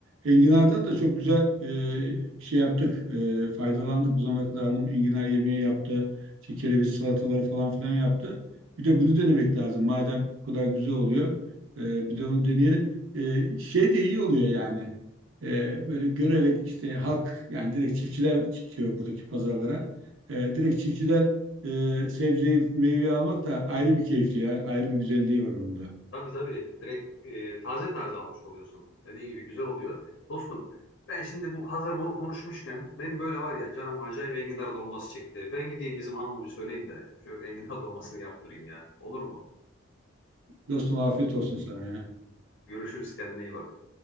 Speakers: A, on the right; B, on the left.
A: Enginar'dan da çok güzel e, şey yaptık. E, faydalandık. Bu zamana kadar hanım enginar yemeği yaptı. İşte kereviz salataları falan filan yaptı. Bir de bunu denemek lazım. Madem bu kadar güzel oluyor. e, bir de onu deneyelim. E, şey de iyi oluyor yani. E, böyle görerek işte halk yani direkt çiftçiler çıkıyor buradaki pazarlara. E, direkt çiftçiden e, sebzeyi, meyveyi almak da ayrı bir keyifli ya. Ayrı bir güzelliği var onun da.
B: Tabii tabii direkt e, taze taze almış oluyorsun. Dediğin gibi güzel oluyor. Dostum ben şimdi bu hazır bunu konuşmuşken benim böyle var ya canım acayip enginar dolması çekti. Ben gideyim bizim hanıma bir söyleyeyim de şu enginar <laughs> dolmasını yaptırayım ya. Olur mu?
A: Dostum afiyet olsun sana ya.
B: Görüşürüz kendine iyi bak.